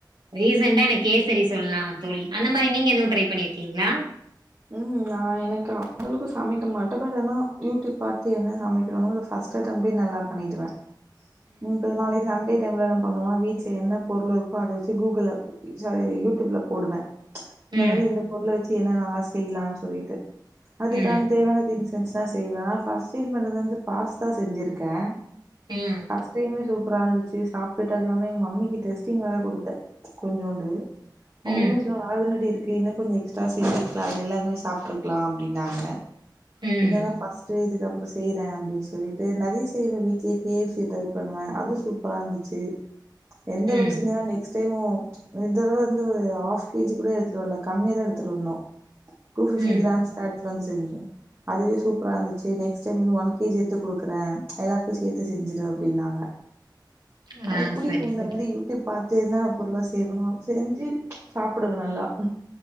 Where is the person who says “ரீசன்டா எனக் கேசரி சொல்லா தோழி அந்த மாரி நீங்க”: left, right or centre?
Right